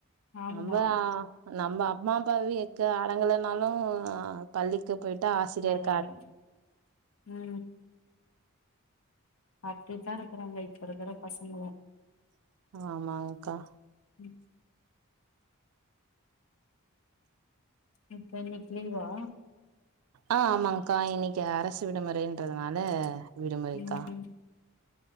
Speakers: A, on the left; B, on the right.
A: ஆமா
B: நம்பளா நம்ப அம்மா அப்பாவிக்கு ஆடங்கலனாலு பள்ளிக்கு போய்ட்டா ஆசிரியர்
A: அடங்குனோ அ அ அப்டித்தா இருக்குறாங்க இப்ப இருக்கிற பசங்களு
B: ஆமாங்கக்கா
A: ம் இப்ப ஒனக் லீவா
B: ஆ ஆமாங்க்கா இன்னைக்கு அரசு விடுமுறைன்றதுனால விடுமுறைக்கா
A: ம்